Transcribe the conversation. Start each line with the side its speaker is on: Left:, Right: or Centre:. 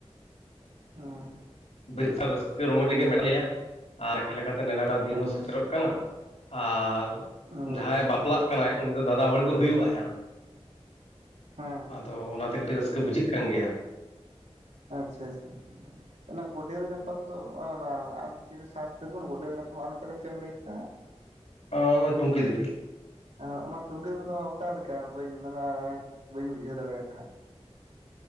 Right: ᱦᱚᱸ
Left: ᱵᱤᱥᱟᱹᱞ ᱨᱟᱹᱥᱠᱟᱹ ᱨᱚᱢᱚᱡᱽ ᱨᱮᱜᱮ ᱢᱮᱱᱟᱜ ᱞᱮᱭᱟ ᱟᱨ ᱞᱮᱠᱷᱟ ᱞᱮᱠᱷᱟ ᱛᱮ ᱱᱮᱰᱟ ᱫᱤᱱ
Right: ᱦᱳᱭ
Left: ᱦᱚᱸ ᱥᱮᱴᱮᱨᱚᱜ
Right: ᱟᱪᱪᱷᱟ
Left: ᱠᱟᱱᱟ ᱟᱨ
Right: ᱦᱮᱸ
Left: ᱡᱟᱦᱟᱸᱭ ᱵᱟᱯᱞᱟᱜ ᱠᱟᱱᱟᱭ ᱩᱱᱤ ᱫᱚ ᱫᱟᱫᱟ ᱦᱚᱲ ᱜᱮ ᱦᱩᱭᱩᱜ ᱟᱭ ᱦᱟᱸᱜ
Right: ᱦᱮᱸ
Left: ᱟᱫᱚ ᱚᱱᱟ ᱛᱮ ᱠᱟᱹᱴᱤᱡ ᱨᱟᱹᱥᱠᱟᱹ ᱵᱩᱡᱷᱟᱹᱜ ᱠᱟᱱ ᱜᱮᱭᱟ
Right: ᱟᱪᱪᱷᱟ ᱟᱪᱪᱷᱟ <unintelligible> ᱠᱚᱸᱰᱮᱞ ᱧᱟᱯᱟᱢ ᱫᱚ ᱵᱟᱝ ᱟᱨ ᱢᱤᱫᱴᱤᱝ ᱥᱟᱨ ᱥᱟᱹᱜᱩᱱ ᱜᱚᱰᱮᱞ ᱧᱟᱯᱟᱢ ᱟᱨ ᱢᱤᱫᱴᱟᱝ ᱫᱚ ᱪᱮᱫ ᱮᱢ ᱞᱟᱹᱭ ᱠᱮᱫᱟ ᱦᱟᱸᱜ
Left: ᱚ ᱚᱱᱟ ᱴᱩᱝᱠᱤ ᱫᱤᱯᱤᱞ
Right: ᱟᱨ ᱚᱱᱟ ᱴᱩᱝᱠᱤ ᱫᱤᱯᱤᱞ ᱫᱚ ᱚᱠᱟ ᱞᱮᱠᱟ ᱵᱟᱹᱧ ᱚᱱᱟ ᱫᱚ ᱵᱟᱹᱧ ᱵᱩᱡᱷᱟᱹᱣ ᱫᱟᱲᱮᱭᱟᱫᱟ ᱦᱟᱸᱜ